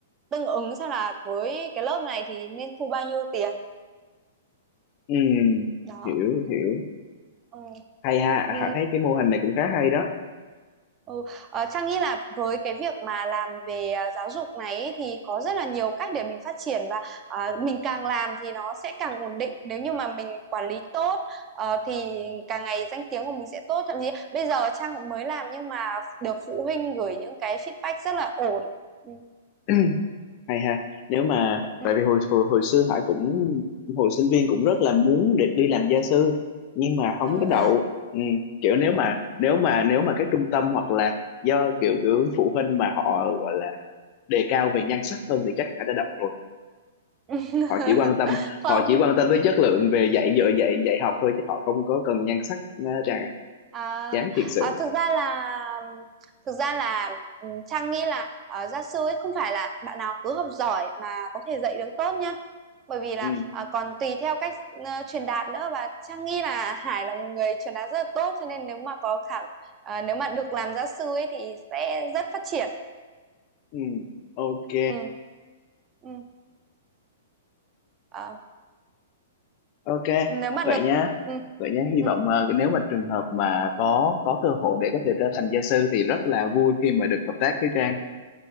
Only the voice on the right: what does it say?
tương ứng xem là với cái lớp này thì nên thu bao nhiêu tiền
đó
ừ.
Ừ.
Ừ.
Ừ. ờ, Trang nghĩ là với cái việc mà làm về à, giáo dục này ý, thì có rất là nhiều cách để mình phát triển và à, mình càng làm thì nó sẽ càng ổn định nếu như mà mình quản lý tốt ờ, thì càng ngày danh tiếng của mình sẽ tốt thậm chí bây giờ Trang cũng mới làm nhưng mà được phụ huynh gửi những cái feedback rất là ổn ừ.
Ừ.
Ờ.
<laughs>
không
À,
à, thực ra là thực ra là ừ, Trang nghĩ là ờ, gia sư ấy không phải là bạn nào cứ học giỏi mà có thể dạy được tốt nhá bởi vì là
ờ, còn tùy theo cách ờ, truyền đạt nữa và Trang nghĩ là Hải là một người truyền đạt rất là tốt cho nên nếu mà có khả ờ, nếu mà được làm gia sư ấy thì sẽ rất phát triển
ừ, ừ. Ờ,
nếu mà
được
ừ,
ừ.